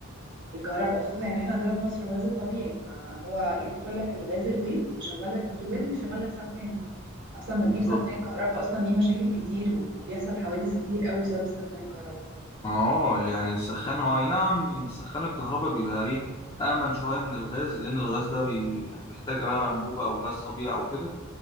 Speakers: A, on the right (about 60°); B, on the left (about 25°).
A: الكهرباء خصوصا ان احنا عندنا في مصر الغاز الطبيعي فهو يدخل لك الغاز البيت يشغل لك بوتاجاز ويشغل لك سخان احسن ما
B: بالظبط
A: تجيب سخان كهرباء اصلا ليه مشاكل كتير وبيحصل حوادث كتير قوي بسبب السخان الكهرباء
B: اه يعني السخان هو أي نعم سخان الكهرباء بيبقى ايه امن شويه من الغاز لان الغاز ده بي... يعني بيحتاج بقى انبوبه او غاز طبيعي او كده